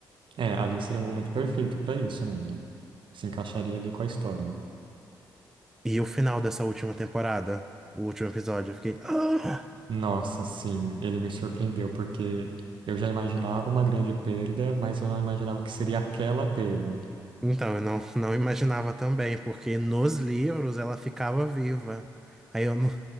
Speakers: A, on the right; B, in the centre.
A: É, ali seria um momento perfeito pra isso mesmo. Se encaixaria ali com a história.
B: E o final dessa última temporada, o último episódio, eu fiquei. "Ah!"
A: Nossa, sim, ele me surpreendeu, porque eu já imaginava uma grande perda, mas eu não imaginava que seria aquela perda.
B: Então, eu não, não imaginava também, porque nos livros ela ficava viva. Aí eu não.